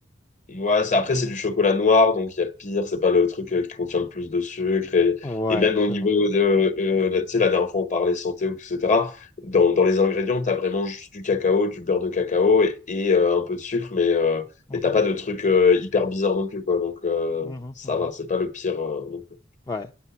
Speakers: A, on the left; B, on the left.
A: Ouais, c'est- après, c'est du chocolat noir, donc il y a pire, c'est pas le truc euh, qui contient le plus de sucre. Et,
B: Ouais,
A: et même
B: c'est
A: au niveau
B: vrai.
A: de, euh, là, tu sais, la dernière fois, on parlait santé, etc. Dans, dans les ingrédients, t'as vraiment juste du cacao, du beurre de cacao et, et, euh, un peu de sucre, mais, euh,
B: Mhm,
A: mais t'as pas de truc euh, hyper bizarre non plus, quoi. Donc euh,
B: mhm,
A: ça
B: mhm.
A: va, c'est pas le pire euh, non plus.
B: Ouais.